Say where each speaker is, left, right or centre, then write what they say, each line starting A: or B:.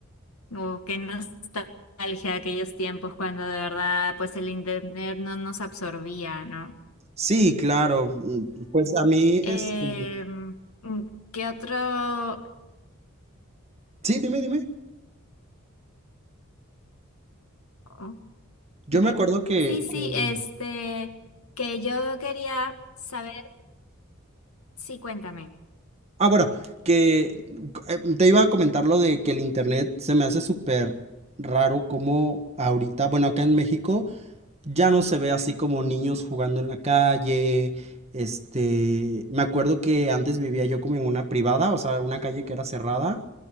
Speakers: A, on the left; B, on the right.
A: Uh, qué nostalgia de aquellos tiempos cuando de verdad pues el internet no nos absorbía, ¿no?
B: Sí, claro. mm, Pues a mí,
A: Em,
B: este,
A: mm, ¿qué otro?
B: Sí, dime, dime.
A: oh,
B: Yo
A: me-
B: me acuerdo que,
A: Sí, sí,
B: que-
A: este, que yo quería saber, sí, cuéntame.
B: Ah, bueno, que eh, te iba a comentar lo de que el internet se me hace súper raro como ahorita, bueno, acá en México ya no se ve así como niños jugando en la calle. Este, me acuerdo que antes vivía yo como en una privada, o sea, una calle que era cerrada.